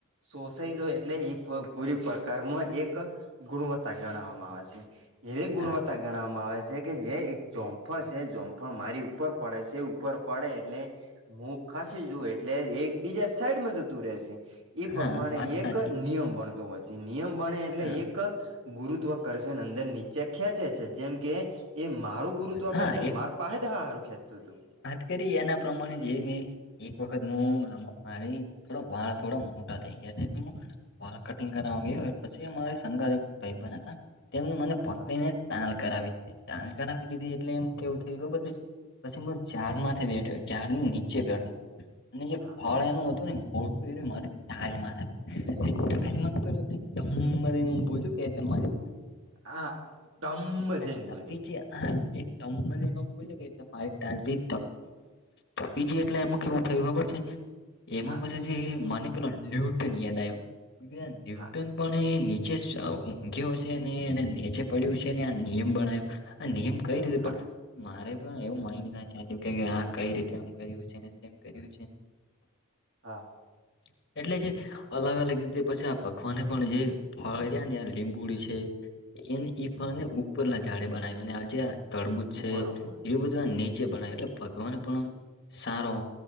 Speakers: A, on the right; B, on the left.
A: શોષાઈ જો એટલે પૂરી પર કર્મ એક ગુણવત્તા ગણવામાં આવે છે. એવી ગુણવત્તા
B: હા
A: ગણવામાં આવે છે કે જે એક જોમફળ છે. જોમફળ મારી ઉપર પડે છે ઉપર પડે એટલે મુ ખસ જઉ એટલે એક બીજા સાઈડ માં જતું રેશે એ
B: હા
A: પ્રમાણે
B: વાત
A: એક
B: સાચી
A: નિયમ બણતો હોય છે નિયમ બણે એટલે
B: હા
A: એક ગુરુત્વ કરશે અંદર નીચે ખેંચે છે. જેમ કે એ મારું ગુરુત્વાકર્ષણ
B: હા,
A: માર પાસે હા હારું ખેંચતું હતું.
B: યદી એના પ્રમાણે જે મે એક વખત મુ મારી વાળ થોડા મોટા થઈ ગયા મુ વાળ કટિંગ કર ગયો પછી અમારી સંગાથ એક ભાઈબંધ હતા તેમને મને પત્નીને
A: હા
B: ટાલ કરાવી દીધી ટાાલ કરાવી દીધી તાલ એટલે એમ કેવું થયું કે ખબર છે. પછી એ ઝાડમાંથી
A: હા
B: બેઠ્યો ઝાડ ની નીચે બેઠો અને જે
A: હા
B: ફળ એનું હતું ને મો <unintelligible> દમ દયનેહુ
A: હા
B: પુછુકે કેવીરીતે મારીયુ
A: હા તબ
B: હા,
A: જન બન્યો.
B: તપીજી હા એ દમ દય કેહુ પુછુ કેતાલપી કપિલ ગઇ તો પતીગયું એટલે એમાં કેવું થયું ખબર છે એમાં
A: હા
B: મજા જે મને ન્યૂટન યાદ આવો ન્યૂટન
A: હા
B: પણ એ નીચે ઊંઘ્યો છે. અને નીચે પડ્યું છે. આ નિયમ બનાયો આ નેમ કઈ રીતે
A: હા
B: પણ મારે પણ એવું માઇડ ના ચાલ્યું કે આ કઈ રીતે આમ કર્યું છે. તેમ કર્યું છે.
A: હા
B: <inaudible> એટલે જે અલગ અલગ રીતે પછી આ પખવાને પણ જે ફળ છે, ને ત્યાં લીંબુડી છે. એને ઈફળને ઉપરલા ઝાડે બનાવી અને આજે તડબુજ છે
A: બરોબર
B: એ બધું નીચે બણાય એટલે ભગવાન પણ સારો